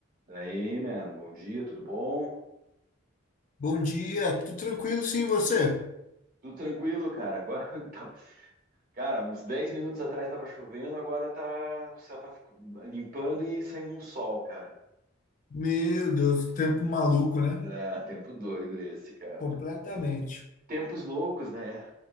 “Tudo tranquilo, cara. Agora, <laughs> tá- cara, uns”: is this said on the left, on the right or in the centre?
Right